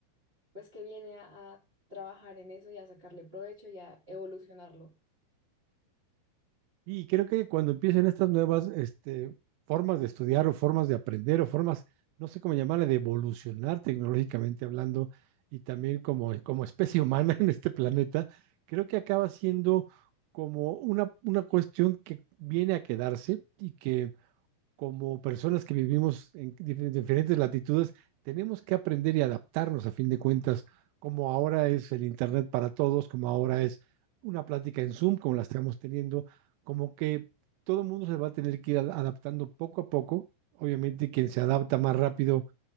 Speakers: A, on the right; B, on the right.
A: pues que viene a, a trabajar en eso y a sacarle provecho y a evolucionarlo.
B: Y creo que cuando empiecen estas nuevas este, formas de estudiar o formas de aprender o formas, no sé cómo llamarle, de evolucionar tecnológicamente hablando y también como, como especie humana <laughs> en este planeta, creo que acaba siendo como una, una cuestión que viene a quedarse y que como personas que vivimos en dif- diferentes latitudes, tenemos que aprender y adaptarnos a fin de cuentas, como ahora es el Internet para todos, como ahora es una plática en Zoom, como la estamos teniendo, como que todo el mundo se va a tener que ir a- adaptando poco a poco. Obviamente, quien se adapta más rápido